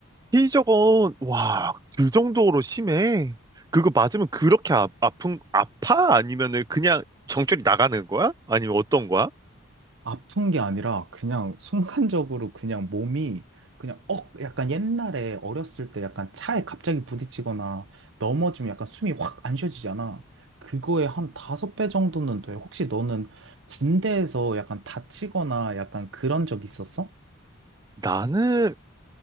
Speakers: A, on the right; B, on the right.
A: 피저건 와, 그 정도로 심해? 그거 맞으면 그렇게 아, 아픈, 아파? 아니면은 그냥 정줄이 나가는 거야? 아니면 어떤 거야?
B: 아픈 게 아니라 그냥 순간적으로 그냥 몸이 그냥 억 약간 옛날에 어렸을 때 약간 차에 갑자기 부딪히거나 넘어지면 약간 숨이 확 안 쉬어지잖아. 그거에 한 다섯 배 정도는 돼. 혹시 너는 군대에서 약간 다치거나 약간 그런 적 있었어?
A: 나는